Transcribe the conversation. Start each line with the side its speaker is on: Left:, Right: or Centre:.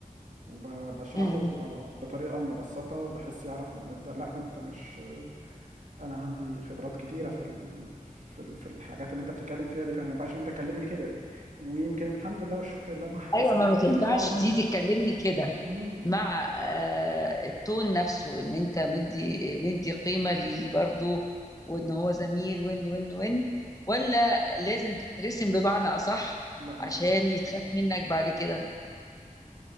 Right: وبشرحه
Left: م- م.
Right: بطريقه مبسطه بحيث يعرف ان انت لا انت مش انا عندي خبرات كتيره في ال... في ال... في الحاجات اللي انت بتتكلم فيها دي فما ينفعش ان انت تكلمني كده ويمكن الحمد لله والشكر لله ما <laughs> حصلتليش
Left: ايوه ما ما تنفعش
Right: دي خالص
Left: دي تتكلمني كده
Right: امم
Left: مع آه، التون نفسه ان انت مدي مدي قيمة ليه برضه وان هو زميل وان وان وان ولا لازم تترسم بمعنى اصح
Right: لا ما
Left: عشان
Right: عنديش
Left: يتخاف منك بعد كده